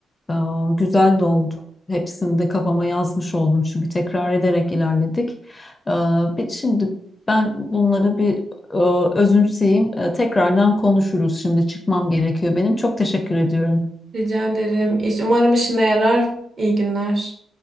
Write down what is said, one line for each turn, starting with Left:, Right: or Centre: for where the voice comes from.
Left: Ee, güzel de oldu. Hepsini de kafama yazmış oldum çünkü tekrar ederek ilerledik. Ee, bir- şimdi ben bunları bir e, özümseyeyim. Ee, tekrardan konuşuruz. Şimdi çıkmam gerekiyor benim. Çok teşekkür ediyorum.
Right: Rica ederim. İş- Umarım işine yarar. İyi günler.